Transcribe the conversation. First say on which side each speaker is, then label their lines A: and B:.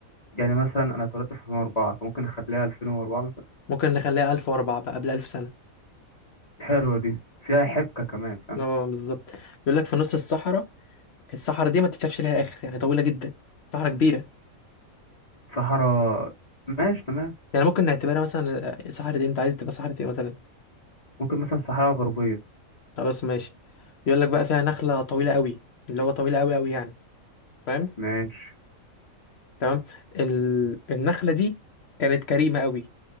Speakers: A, on the left (about 30°); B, on the left (about 55°).
A: يعني مثلا انا اتولدت في 2004 فممكن نخليها 2004 مثلا
B: ممكن نخليها 1004 بقى قبل 1000 سنه
A: حلوة دي فيها حبكة كمان فاهم
B: اه بالظبط بيقول لك في نص الصحراء الصحراء دي ما تتشافش ليها اخر يعني طويله جدا صحراء كبيره
A: صحراء ماشي تمام
B: يعني ممكن نعتبرها مثلا آه، صحراء إيه؟ انت عايز تبقى صحراء ايه مثلا
A: ممكن مثلا صحراء غربية
B: خلاص ماشي بيقول لك بقى فيها نخله طويله قوي اللي هو طويله قوي قوي يعني فاهم؟
A: ماشي
B: تمام ال... النخله دي كانت كريمه قوي